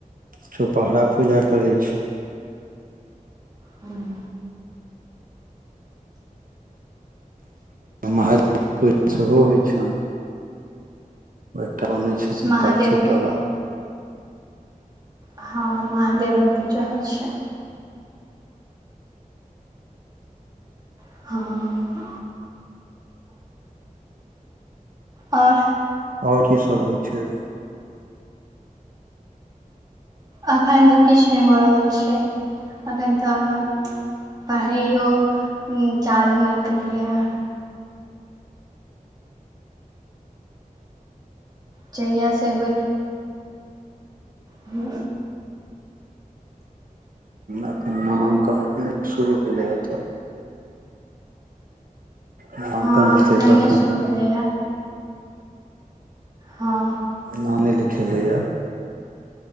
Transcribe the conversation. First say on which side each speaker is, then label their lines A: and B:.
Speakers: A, on the right; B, on the right.
A: चौपहरा पूजा करै छै।
B: हूं।
A: महादेव पूजा सेहो होइ छैन। ओ एकटा बनै छथिन
B: महादेवके
A: पार्थिव बला
B: हँ महादेवो पूजा होइ छै। हँ। ओर।
A: ओर की सब होइ छै।
B: अखन तऽ किछ नहि भऽ रहल छै एखन तऽ पढ़ायो चालू नै कलियै हँ। जहिया से होहि हू।
A: एखन नामांकन नय शुरू भेलैए तऽ नामांकन
B: हँ
A: हेतै
B: एखन
A: तखन
B: नहि शुरू भेलैए। हँ
A: नाम नय लिखेले य।